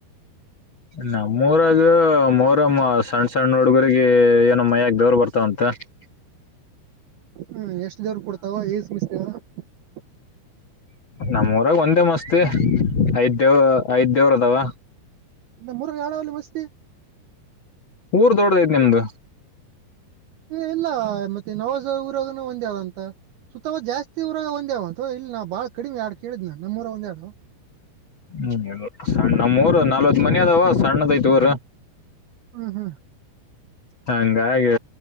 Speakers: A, on the left; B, on the right.
A: ನಮ್ಮೂರಾಗ ಮೊಹರಂ ಸಣ್ಣ ಸಣ್ಣ ಹುಡ್ಗರಗ ಏನೋ ಮಯ್ಯಾಗ ದವರ್ ಬರ್ತಾರೆ ಬರುತ್ತಂತೆ
B: ಹ್ಮ್ ಎಷ್ಟ್ ದೇವರಿಗೆ ಕೊಡ್ತಾವ ಏ ಸುಮಿಸ್ತವ <unintelligible>
A: ನಮ್ಮೂಊರಾಗ ಒಂದೇ ಮಸ್ತಿ ಐದ್ ದೇವ ಐದ್ ದೇವ್ರ ಅದಾವ
B: ಮೂರು <unintelligible>
A: ಊರ್ ದೊಡದೈ ನಿಮ್ದು <inaudible>
B: ಏ ಎಲ್ಲ ಮತ್ತೆ ನವಾಜ ಊರಾಗನ ಒಂದೇದ ಅಂತ ಸುತ್ತ ಜಾಸ್ತಿವರಾಗ ಒಂದ್ಯಾವ ಅಂತ ಇಲ್ಲ ನಾ ಬಾಳ ಕಡಿಮೆ ಆಾಡ್ ಕೇಳಿದ್ನ ನಮ್ಮವರ ಒಂದ್ಯಾಡ
A: ಹ್ಮ ಸಣ್ಣ ನಮ್ಮೂರು ನಲ್ವತ್ ಮನಿ ಅದಾವ ಸಣ್ಣದೈತೆ ಊರು
B: ಹ್ಮ್ ಹಾ
A: ಹಂಗಾಗಿ